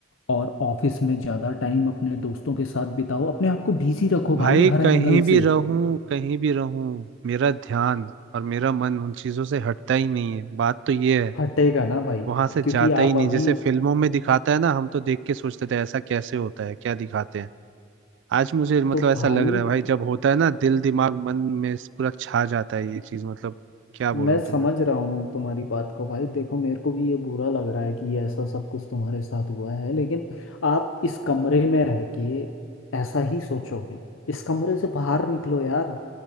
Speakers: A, on the left; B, on the right.
A: और ऑफिस में ज़्यादा टाइम अपने दोस्तों के साथ बिताओ अपने आप को बिजी रखो
B: भाई
A: भाई हर
B: कहीं
A: एंगल
B: भी
A: से
B: रहूं कहीं भी रहूं मेरा ध्यान और मेरा मन उन चीजों से हटता ही नहीं है बात तो ये है
A: हटेगा ना भाई
B: वहां से जाता
A: क्योंकि
B: ही
A: आप
B: नहीं
A: अभी
B: जैसे फिल्मों में दिखाता है ना हम तो देख के सोचते थे ऐसा कैसे होता है क्या दिखाते हैं आज मुझे मतलब
A: तो
B: ऐसा
A: भाई
B: लग रहा है भाई जब होता है ना दिल दिमाग मन में पूरा छा जाता है ये चीज मतलब क्या
A: मैं
B: बोलूं तुम्हें
A: समझ रहा हूँ तुम्हारी बात को भाई देखो मेरे को भी ये बुरा लग रहा है कि ये ऐसा सब कुछ तुम्हारे साथ हुआ है लेकिन आप इस कमरे में रह के ऐसा ही सोचोगे इस कमरे से बाहर निकलो यार